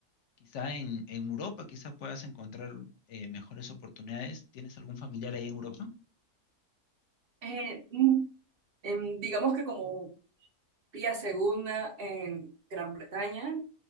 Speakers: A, on the left (about 65°); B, on the right (about 50°).
A: Quizá en, en Europa, quizá puedas encontrar eh, mejores oportunidades. ¿Tienes algún familiar ahí en Europa?
B: Eh, mm, em, digamos que como Pía Segunda en Gran Bretaña,